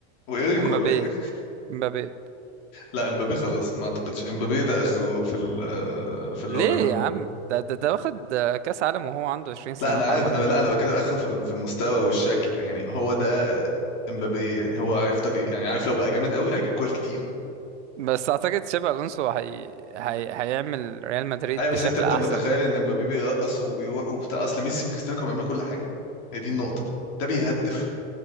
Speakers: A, on the left; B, on the right.
A: وايريك
B: ومبابي
A: ولا إيه؟
B: مبابي
A: لا امبابي خلاص ما اعتقدش امبابي ده اخره في ال- في اللي
B: ليه
A: هو بيعمله
B: يا عم ده ده, ده واخد كاس عالم وهو عنده 20 سنه
A: لا انا
B: حرام
A: عارف
B: عليك
A: انا لا انا بتكلم اخره في ال- في المستوى والشكل يعني هو ده امبابي يعني هو هيفضل ي- يعني عارف لو بقى جامد قوي هيجيب جوال كتير
B: بس اعتقد شابي الونسو هي... هي... هيعمل ريال مدريد
A: ايوه
B: بشكل
A: بس انت انت
B: احسن
A: متخيل ان امبابي بيرقص وبيروح وبتاع اصل ميسي وكريستيانو كانوا بيعملوا كل حاجه هي دي النقطه ده بيهدف